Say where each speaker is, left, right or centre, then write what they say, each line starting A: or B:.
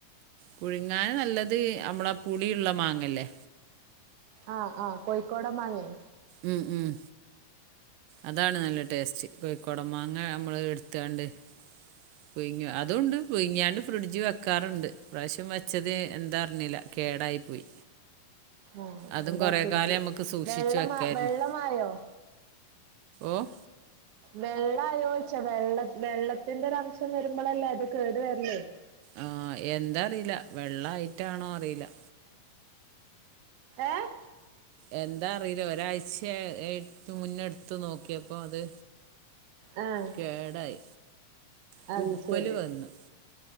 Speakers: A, on the right; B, on the right.
A: പുഴുങ്ങാൻ നല്ലത് നമ്മളെ ആ പുളിയുള്ള മാങ്ങല്ലേ
B: ആഹ് ആഹ് കോഴിക്കോടൻ മാങ്ങെയോ
A: ഉം ഉം അതാണ് നല്ല ടേസ്റ്റ് കോയിക്കോടൻ മാങ്ങ നമ്മള് എടുത്താണ്ട് പുയ്ങ്ങാ അതൂണ്ട് പുയിങ്ങിയാണ്ട് ഫ്രിഡ്ജ് വെക്കാറുണ്ട് ഇപ്രാവശ്യം വെച്ചത് എന്താ അറിഞ്ഞീല്ലാ കേടായിപ്പോയി
B: ആഹ്
A: അതും
B: എന്താ
A: കൊറെ
B: ഫ്രിഡ്ജ്
A: കാലം ഞമ്മക്ക് സൂക്ഷിച്ചു
B: വെള്ളമാ
A: വെക്കായിരുന്നു
B: വെള്ളമായോ
A: ഓഹ്
B: വെള്ളായോച്ചാ വെള്ള വെള്ളത്തിന്റെ ഒരംശം വരുമ്പളല്ലേ അത് കേടുവരല്
A: ആഹ് എന്താറിയില്ലാ വെള്ളായിട്ടാണോ അറീല്ലാ
B: ഏഹ്
A: എന്താ അറിയില്ലാ ഒരാഴ്ച്ച എട് മുന്നെ എടുത്ത് നോക്കിയപ്പം അത്
B: ആഹ്
A: കേടായി പൂപ്പല്
B: അത് ശെരി
A: വന്നു